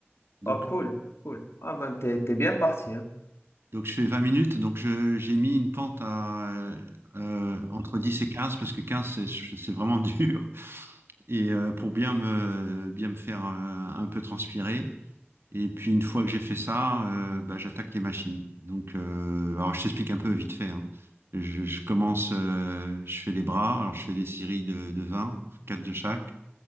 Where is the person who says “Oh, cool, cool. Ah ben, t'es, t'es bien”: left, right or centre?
Left